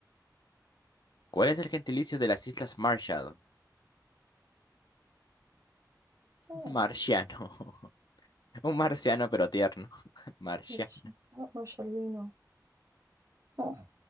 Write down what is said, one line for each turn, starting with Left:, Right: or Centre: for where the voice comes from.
Left: ¿Cuál es el gentilicio de las Islas Marshall?
Right: oh,
Left: <laughs> Marciano. <laughs> Un marciano, pero tierno. <laughs> Marcia.
Right: Marci- oh, Marcelino. Oh,